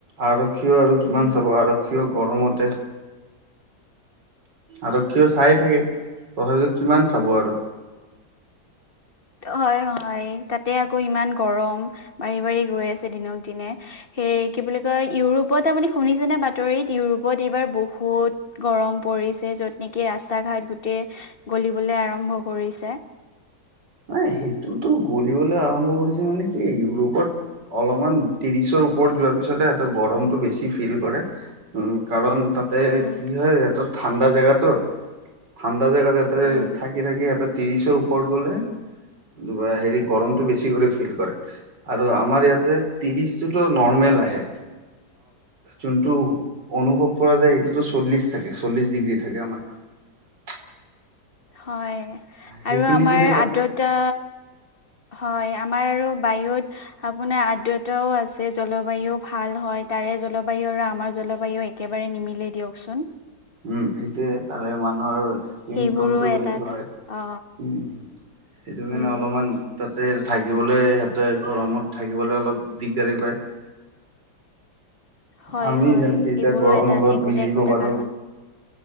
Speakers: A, on the right (about 85°); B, on the left (about 35°).
A: আৰক্ষীও আৰু কিমান
B: উম
A: চাব আৰক্ষীও গৰমতে আৰক্ষীও চাই থাকে তথাপিতো কিমান? চাব আৰু
B: হয়, হয়। তাতে আকৌ ইমান গৰম বাঢাৰি বঢাৰি গৈ আছে দিনক দিনে সেই কি বুলি কয় ইউৰোপ ইউৰোপত আপুনি শুনিছেনে বাতৰিত ইউৰোপত এইবাৰ বহুত গৰম পৰিছে য'ত নেকি ৰাস্তা ঘাইত গোটেই গলিবলৈ আৰম্ভ কৰিছে।
A: নাই সেইটোতো গলিবলৈ আৰম্ভ কৰিছে মানে কি ইউৰোপত অলপমান ত্ৰিশৰ ওপৰত যোৱাৰ পিছতে সিহঁৰ গৰমটো বেছি। ফিল কৰে উ কাৰণ তাতে
B: উম
A: কি হয়ত ঠাণ্ডা জেগাতো ঠাণ্ডা জেগাত সহতে
B: উম
A: থাকি থাকি সহতে ত্ৰিশৰ ওপৰত গ'লে। উ হেৰি গৰমতটো বেছি কৰি ফিল কৰে আৰু আমাৰ ইয়াতে ত্ৰিশ টোতো নৰ্মেল আহে। যোনটো অনুভৱ পৰা যায় সটোতো চল্লিশ থাকে চল্লিশ ডিগ্ৰী থাকে আমাৰ।
B: হয়
A: সেইখিনি
B: আৰু আমাৰ
A: যদি
B: আৰ্দ্ৰতা
A: তাত
B: হয় আমাৰ আৰু বায়ুত আপোনাৰ আদ্ৰতাও আছে জলবায়ু ভাল হয় তাৰে। জলবায়ুৰা আমাৰ জলবায়ু একেবাৰে নিমিলে দিয়কচোন।
A: উম সেইটোয়ে তাৰে মানুহৰ। কীৰ্তনতটো
B: সেইবোৰো
A: বেলেগ
B: এটা এটা
A: হয়
B: অ
A: সেইটো কাৰণে
B: উম
A: অলপমান। তাতে থাকিবলৈ সিহঁতে গৰমত থাকিবলৈ অলপ দিগদাৰি পায়।
B: হয়
A: আমি
B: হয়
A: যেনেকে এতিয়া
B: এইবোৰো
A: গৰমৰ
B: এটা,
A: লগত
B: একোটা,
A: মিলিব
B: একোটা
A: পাৰো
B: কাৰণ।